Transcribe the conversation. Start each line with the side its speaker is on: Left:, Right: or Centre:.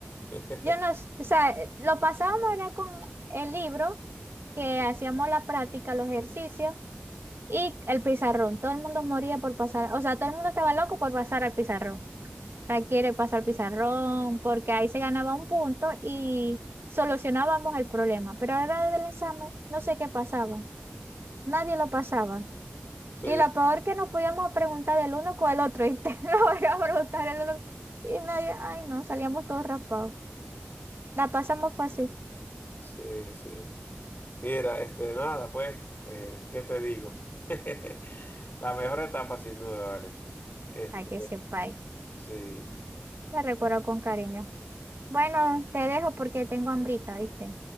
Left: <laughs>
Right: Yo no, s- o sea, eh, lo pasábamos era con el libro, que hacíamos la práctica, los ejercicios y el pizarrón. Todo el mundo moría por pasar, o sea, todo el mundo estaba loco por pasar al pizarrón la quiere pasar pizarrón, porque ahí se ganaba un punto y solucionábamos el problema. Pero ahora del examen, no sé qué pasaba. Nadie lo pasaba.
Left: Sí,
Right: Y lo peor que nos podíamos preguntar del uno con el otro. Y te <laughs> lo voy a preguntar el otro. Y nadie, ay no, salíamos todos raspados. La pasamos fácil.
Left: sí, sí. Mira, este, nada, pues, eh, ¿qué te digo? <laughs> La mejor etapa sin duda, vale. Este,
Right: Ay, que sepa ahí.
Left: sí.
Right: La recuerdo con cariño. Bueno, te dejo porque tengo hambrita, ¿viste?